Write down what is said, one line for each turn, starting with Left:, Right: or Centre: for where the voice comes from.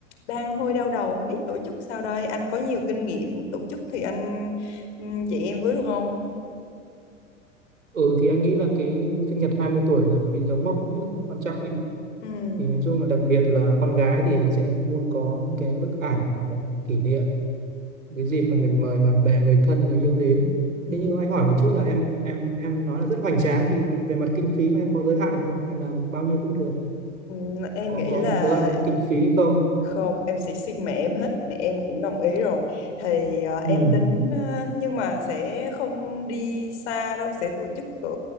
Left: đang hơi đau đầu không biết tổ chức sao đây. Anh có nhiều kinh nghiệm tổ chức thì anh ừ, chị em với được không?
Right: Ừ thì anh nghĩ là cái sinh nhật 20 tuổi là một cái dấu mốc rất là quan trọng ấy.
Left: Ừ.
Right: Thì nói chung là đặc biệt là con gái thì sẽ luôn có những cái bức ảnh hoặc là kỷ niệm cái dịp mà mình mời bạn bè, người thân, người yêu đến.
Left: Ừ.
Right: Thế nhưng mà anh hỏi một chút là em em em nói là rất hoành tráng thì cái- về mặt kinh phí là em có giới hạn được không? Hay là bao nhiêu cũng được?
Left: Ừ, Em
Right: Có
Left: nghĩ
Right: có
Left: là
Right: giới hạn với kinh phí không?
Left: Không, em sẽ xin mẹ em hết, mẹ em cũng đồng ý rồi. Thì ờ, em
Right: Ừ.
Left: tính ờ, nhưng mà sẽ không đi xa đâu, sẽ tổ chức ở